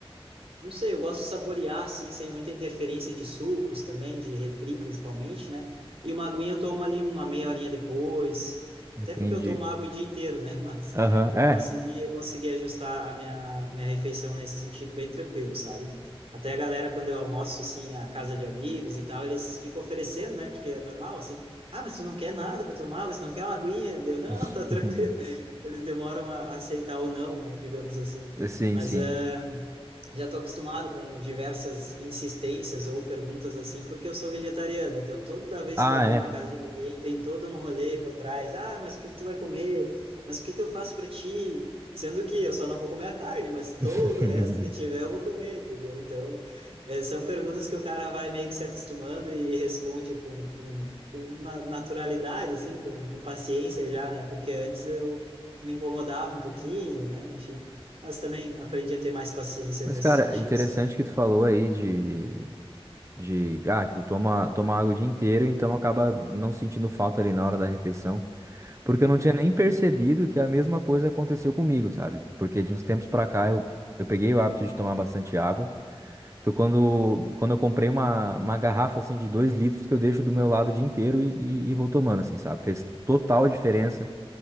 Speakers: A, on the right; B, on the right.
A: não sei, eu gosto de saborear, assim, sem muita interferência de sucos também, de refri principalmente, né? E uma aguinha eu tomo ali uma meia horinha depois,
B: Entendi.
A: até porque eu tomo água o dia inteiro, né? <laughs> Mas
B: Aham,
A: eu
B: é.
A: consegui, eu consegui ajustar a minha, minha refeição nesse sentido bem tranquilo, sabe? Até a galera, quando eu almoço, assim, a casa de amigos e tal, eles ficam oferecendo, né? Porque é normal, assim, ah, mas tu não quer nada para tomar, mas tu não quer uma aguinha? Deu, não,
B: <laughs>
A: tá tranquilo. <laughs> Eles demoram a aceitar ou não, né? Digamos assim.
B: Sim,
A: Mas...
B: sim.
A: ah, já estou acostumado com diversas insistências ou perguntas assim, porque eu sou vegetariano. Então, toda vez
B: Ah,
A: que eu vou
B: é.
A: na casa de alguém, tem todo um rolê por trás. Ah, mas o que que tu vai comer? Mas o que que eu faço para ti? Sendo que eu só não vou comer a carne, mas
B: <laughs>
A: todo o resto que tiver eu vou comer, entendeu? Então, eh, são perguntas que o cara vai meio que se acostumando e, e responde com, com, com na- naturalidade, assim, com, com paciência já, né? Porque antes eu me incomodava um pouquinho, né? Enfim. Mas também aprendi a ter mais paciência
B: Mas,
A: nesse
B: cara,
A: sentido,
B: interessante
A: sabe?
B: que tu falou aí de De, ah, que tu toma, toma água o dia inteiro, então acaba não sentindo falta ali na hora da refeição. Porque eu não
A: Uhum.
B: tinha nem percebido que a mesma coisa aconteceu comigo, sabe? Porque de uns tempos pra cá eu, eu peguei o hábito de tomar bastante água. Foi quando, quando eu comprei uma, uma garrafa assim de dois litros que eu deixo do meu lado o dia inteiro e, e, e vou tomando, assim, sabe? Fez total diferença